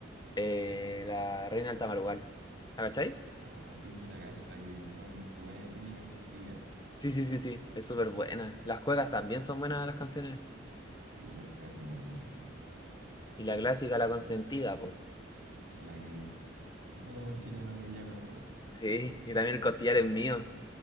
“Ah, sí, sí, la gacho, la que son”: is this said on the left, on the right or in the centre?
Right